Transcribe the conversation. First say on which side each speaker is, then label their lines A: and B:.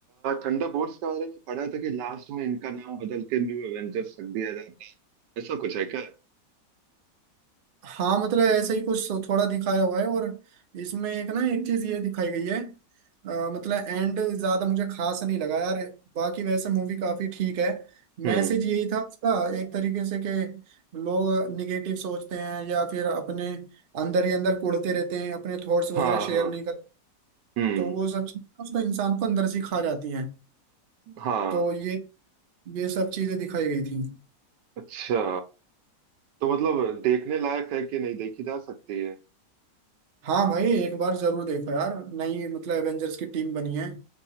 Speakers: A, on the right; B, on the right.
A: थंडरबोल्ट्स के बारे में पढ़ा था कि लास्ट में इनका नाम बदल के न्यू एवेंजर्स रख दिया जाता है ऐसा कुछ है क्या
B: हाँ मतलब ऐसा ही कुछ थोड़ा दिखाया हुआ है और इसमें एक ना एक चीज ये दिखाई गई है अ, मतलब एंड ज्यादा मुझे खास नहीं लगा यार बाकी वैसे मूवी काफी ठीक है
A: हम्म
B: मैसेज यही था उसका एक तरीके से कि लोग निगेटिव सोचते हैं या फिर अपने अंदर ही अंदर कुढ़ते रहते हैं अपने थॉट्स वगैरह
A: हाँ
B: शेयर
A: हाँ
B: नहीं करते
A: हम्म
B: तो वो सब चीजें उसको इंसान को अंदर से खा जाती हैं
A: हाँ
B: तो ये ये सब चीजें दिखाई गई थी
A: अच्छा तो मतलब देखने लायक है कि नहीं देखी जा सकती है
B: हाँ भाई एक बार जरूर देखो यार नई मतलब एवेंजर्स की टीम बनी है